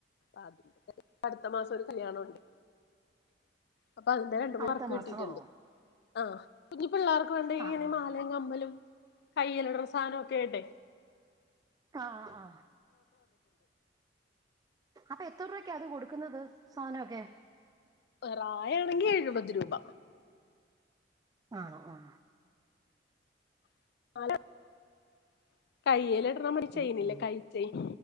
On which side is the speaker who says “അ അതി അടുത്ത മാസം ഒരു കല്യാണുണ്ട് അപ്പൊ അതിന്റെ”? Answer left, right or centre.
Left